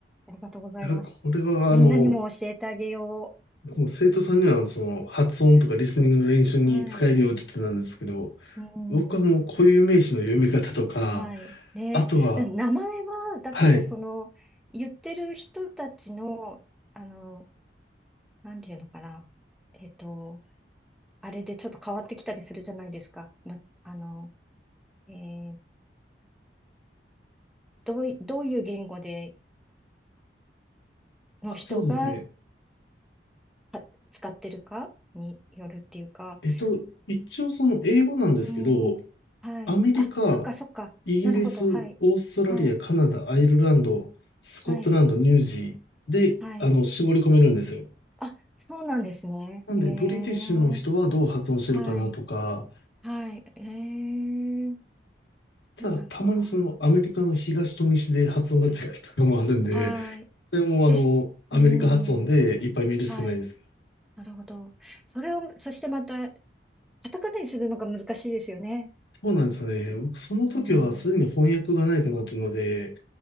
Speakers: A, in the centre; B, on the left (about 80°).
A: ありがとうございます。
B: いやこれは、
A: みんなにも教えてあげよ
B: あの、もう生徒さんには、その、発音とかリスニングの練習に使えるよって言ってたんですけど、
A: う。<laughs> はい。う
B: 僕はもう固有名詞の読み方とか、
A: ん。はい。ね。
B: あとは、
A: 名前は、だけど、
B: はい。
A: その、言ってる人たちの、あの、なんていうのかな。えっと、あれでちょっと変わってきたりするじゃないですか。ま、あの、えーどうい、どういう言語での人が
B: あ、そうですね。
A: た使ってるかによるっていうか、
B: えっと、一応その英語なんですけど、
A: うん、はい。
B: アメリカ、
A: あ、そっかそっか。
B: イギリス、
A: なるほど。はい。
B: オーストラリア、
A: はい。
B: カナダ、アイルランド、スコットランド、
A: はい。
B: ニュージーで、
A: はい。
B: あの、絞り込めるんですよ。
A: あ、そうなんですね。
B: なんで、
A: へえ。
B: ブリティッシュの人はどう発音してるかなとか、
A: はい。はい。へえ。
B: ただ、
A: そうなのか。
B: たまにそのアメリカの東と西で発音が違うとかもあるんで、
A: はい。
B: それもあの、
A: で、
B: アメリカ発音でいっぱい見るしかないんですけど。
A: うん。はい。なるほど。それを、そしてまた、カタカナにするのが難しいですよね。
B: そうなんですよね。僕、その時はすでに翻訳がないかなというので、
A: うん。